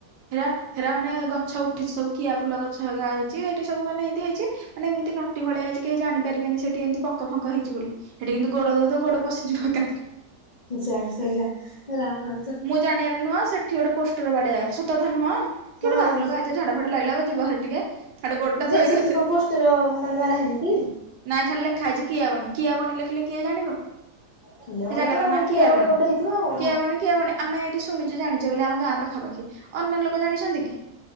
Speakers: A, on the right; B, on the left.
A: ହେରା ହେରା ମାନେ ଗଛ ଉଠିଛି ସବୁ କିଆ ଫୁଲ ଗଛଗା ହେଇଛି ଏଇଠି ସବୁ ମାନେ ଏତି ହେଇଛି। ମାନେ ଏମିତି ନଟି ଭଳିଆ ହେଇଛି କେହି ଜାଣି ପାରିବେନି ସେଠି ଏମିତି ପଙ୍କ ଫଙ୍କ ହେଇଛି ବୋଲି ସେଠି କିନ୍ତୁ ଗୋଡ ଦଉ ତ ଗୋଡ ପଶଯିବ ଏକାଥରେ।
B: ଯା ସେଇଗା ରାମାମ
A: ମୁଁ ଜାଣି ଆର ନୁହଁ ସେଠି ଗୋଟେ ପୋଷ୍ଟର ବାଡିଆ ସତଥା ନୁହଁ କି
B: ହଁ
A: ଗୋଟେ ବାହାର ଲୋଗ ଆ ସେ ଝାଡା ଫାଡା ଲାଗିଲା ବା ଯିବା ଘରେ ଟିକେ। ହାଡେ ଗୋଡଟା
B: ଯେ
A: ଥୋଇଦବ
B: ସେଠି କଣ ପୋଷ୍ଟର ମାନେ ମାର ହେଇନି କି?
A: ନାଇଁ ଖାଲି ଲେଖାଇଛି କିଆବାଣୀ କିଆବାଣୀ ଲେଖିଲେ କିଏ ଜାଣିବ?
B: କିଏ
A: ସେ
B: କଣ
A: ଜାଗା
B: ତ
A: ଟା ନା
B: କିଏ
A: କି
B: କଣ
A: ଆବଣୀ
B: କଣଟେ ହେଇଥିବ ଆଉ କଣ
A: କି ଆବଣୀ ‌। କିଆବଣୀ ଆମେ ଏଇଠି ଶୁଣିଛୁ ଜାଣିଛୁ ବୋଲି ଆମ ଗାଁ ପାଖାପାଖି ଅନ୍ୟ ଲୋକ ଜାଣିଛନ୍ତି କି?